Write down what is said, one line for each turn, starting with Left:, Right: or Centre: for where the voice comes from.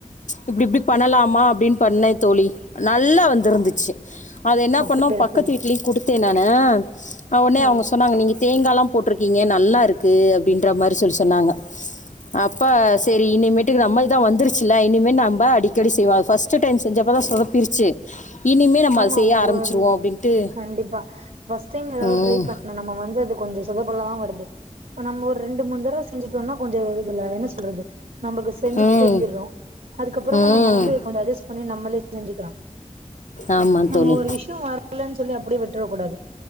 Left: இப்டி இப்டி பண்ணலாமா அப்டின்னு பண்ணே தோழி நல்லா வந்திருந்துச்சு அத என்ன
Right: அப்டியா
Left: பண்ணோ பக்கத்து
Right: தோழி
Left: வீட்லயும் குடுத்தே நானு அ உடனே
Right: ஆ
Left: அவங்க சொன்னாங்க நீங்க தேங்கால்லா போட்ருக்கீங்க நல்லா இருக்கு அப்டின்ற மாரி சொல்லி சொன்னாங்க அப்ப சரி இனிமேட்டுக்கு நம்மளுக்குதா வந்துருச்சுல இனிமே நம்ப அடிக்கடி செய்வோ ஃபர்ஸ்ட் ஃபர்ஸ்ட் டைம் செஞ்சப்ப தா சொதப்பிருச்சு இனிமேல் நம்ம
Right: ஆமா
Left: அதை செய்ய
Right: ஒவ்வொரு
Left: ஆரம்பிச்சிருவோம் அப்படின்ட்டு
Right: கண்டிப்பா ஃபர்ஸ்ட் டைம் ஏதாவது
Left: ம்,
Right: ட்ரை பண் நம்ம வந்து அது கொஞ்சம் சொதப்பலதா வருது இப்ப நம்ம ஒரு ரெண்டு மூணு தடவ செஞ்சுட்டோம்னா கொஞ்சம் இதுல என்ன சொல்றது நம்மளுக்கு செஞ்சு
Left: ம்
Right: தெரிஞ்சிடுறோ அதுக்கப்புறமா
Left: ம்
Right: நம்ம வந்து பல அஜஸ்ட் பண்ணி நம்மளே செஞ்சிக்கலா
Left: ஆமாம்
Right: நம்ம
Left: தோழி
Right: ஒரு விஷயோ வரலன்னு சொல்லி அப்டியே விட்ரக் கூடாது